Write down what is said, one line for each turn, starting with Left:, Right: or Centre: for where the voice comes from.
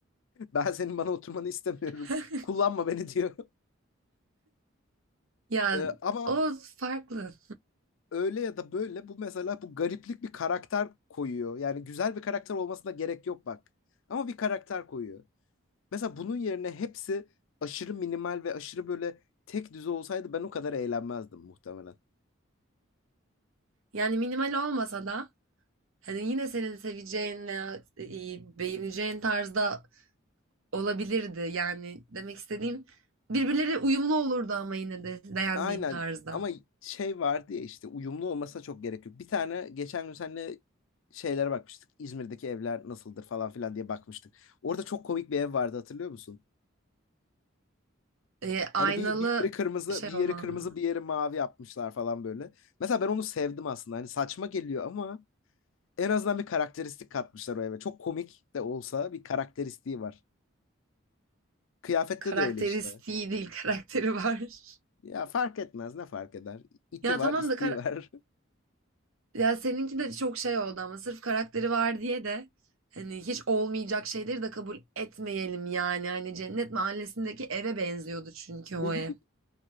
Left: Ben senin bana oturmanı istemiyorum.
Right: <laughs>
Left: Kullanma beni diyor.
Right: Ya
Left: Ee, ama
Right: o farklı.
Left: öyle ya da böyle bu mesela bu gariplik bir karakter koyuyor. Yani güzel bir karakter olmasına gerek yok bak. Ama bir karakter koyuyor. Mesela bunun yerine hepsi aşırı minimal ve aşırı böyle tek düze olsaydı ben o kadar eğlenmezdim muhtemelen.
Right: Yani minimal olmasa da hani yine senin seveceğin veya e, beğeneceğin tarzda Olabilirdi yani demek istediğim birbirleri uyumlu olurdu ama yine de beğendiğin
Left: Aynen
Right: tarzda.
Left: ama şey vardı ya işte uyumlu olmasına çok gerek yok. Bir tane geçen gün seninle şeylere bakmıştık. İzmir'deki evler nasıldır falan filan diye bakmıştık. Orada çok komik bir ev vardı hatırlıyor musun?
Right: Ee,
Left: Hani
Right: aynalı
Left: bir, bir yeri kırmızı,
Right: şey
Left: bir yeri
Right: olan
Left: kırmızı,
Right: mı?
Left: bir yeri mavi yapmışlar falan böyle. Mesela ben onu sevdim aslında. Hani saçma geliyor ama en azından bir karakteristik katmışlar o eve. Çok komik de olsa bir karakteristiği var. Kıyafette
Right: Karakteristiği
Left: de öyle işte.
Right: değil karakteri var. <laughs>
Left: Ya fark etmez ne fark eder? İti
Right: Ya
Left: var,
Right: tamam
Left: isteği
Right: da kar-
Left: var.
Right: Ya seninki de çok şey oldu ama sırf karakteri var diye de hani hiç olmayacak şeyleri de kabul etmeyelim yani. Hani Cennet Mahallesi'ndeki eve benziyordu çünkü
Left: <laughs>
Right: o ev.